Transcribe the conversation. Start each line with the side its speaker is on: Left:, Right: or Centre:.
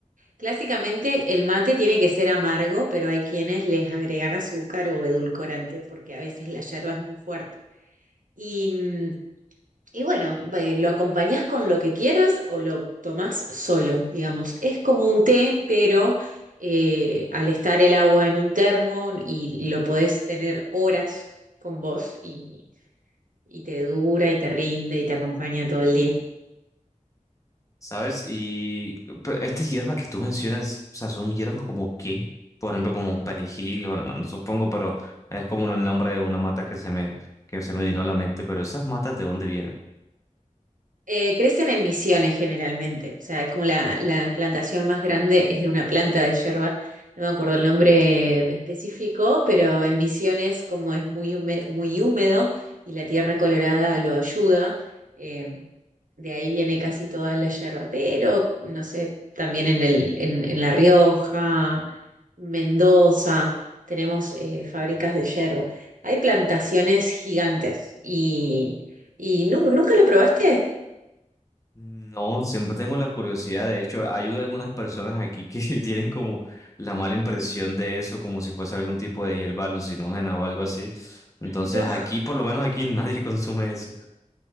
Right: Clásicamente el mate tiene que ser amargo, pero hay quienes les agregan azúcar o edulcorante porque a veces la yerba es muy fuerte. Y, mm, y bueno, eh, lo acompañás con lo que quieras o lo tomás solo, digamos. Es como un té, pero eh, al estar el agua en un termo y lo podés tener horas con vos y, y te dura y te rinde y te acompaña todo el día.
Left: ¿Sabes? Y pero estas hierbas que tú mencionas, o sea, son hierbas como qué, por ejemplo, como perejil, bueno, no, no supongo, pero es como el nombre de una mata que se me, que se me vino a la mente, pero esas matas ¿de dónde vienen?
Right: Eh, crecen en misiones generalmente, o sea, es como la, la plantación más grande, es de una planta de yerba, no me acuerdo el nombre específico, pero en misiones como es muy húmedo, muy húmedo y la tierra colorada lo ayuda, eh, de ahí viene casi toda la yerba, pero no sé, también en el, en, en La Rioja, Mendoza, tenemos eh, fábricas de yerba. Hay plantaciones gigantes y, y nu- nunca lo probaste.
Left: No, siempre tengo la curiosidad, de hecho, hay algunas personas aquí que <laughs> tienen como la mala impresión de eso, como si fuese algún tipo de hierba alucinógena o algo así. Entonces,
Right: No,
Left: aquí, por lo menos aquí, <laughs> nadie consume eso.